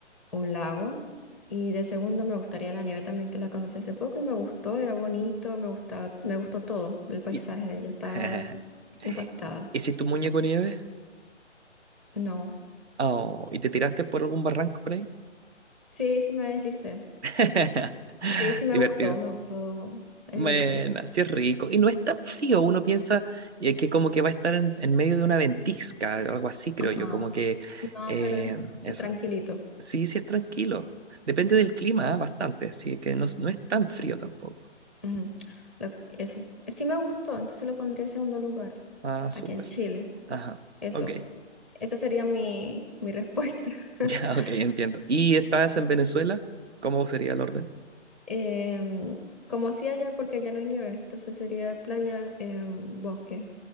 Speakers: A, in the centre; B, on the right.
A: un lago. Y de segundo me gustaría la nieve también, que la conocí hace poco y me gustó, era bonito, me gusta, me gustó todo, el paisaje,
B: Y...
A: yo estaba
B: <laughs>
A: impactada.
B: ¿Hiciste un muñeco nieve?
A: No.
B: Oh, ¿y te tiraste por algún barranco por ahí?
A: Sí, sí me deslicé.
B: <laughs>
A: Sí, sí me
B: Divertido.
A: gustó, me gustó. Es
B: Bueno,
A: divertido.
B: así es rico. Y no es tan frío, uno piensa eh, que como que va a estar en, en medio de una ventisca, algo así, creo
A: Ajá.
B: yo, como que
A: No,
B: eh,
A: pero es,
B: eso.
A: es tranquilito.
B: Sí, sí es tranquilo. Depende del clima, ah, Bastante, sí, que no, es- no es tan frío tampoco.
A: Ujú. Lo- eso. Sí me gustó, entonces lo pondría en segundo lugar,
B: Ah, súper.
A: aquí en Chile.
B: Ajá,
A: Eso.
B: ok. <laughs>
A: Esa sería mi, mi respuesta. <laughs>
B: Ya, ok, entiendo. ¿Y estás en Venezuela? ¿Cómo sería el orden?
A: Em, como así allá, porque allá no hay nieve, entonces sería playa, em, bosque.